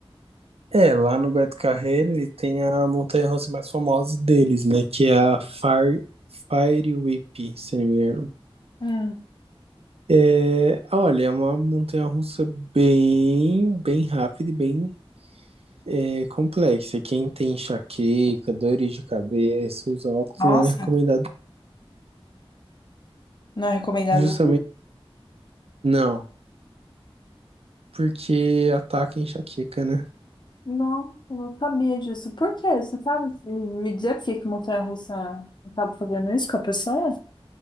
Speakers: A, on the right; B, on the left.
A: É, lá no Beto Carreiro ele tem a montanha-russa mais famosa deles, né? Que é a Fire, Fire Whip, se não me engano.
B: Hum.
A: É, olha, é uma montanha-russa bem, bem rápida e bem é, complexa. Quem tem enxaqueca, dores de cabeça, usa óculos,
B: nossa,
A: não é recomendado
B: não é recomendado?
A: justamente. Não, porque ataca a enxaqueca, né?
B: Não, eu não sabia disso. Por quê? Você sabe me me dizer por que que montanha-russa acaba fazendo isso com a pessoa?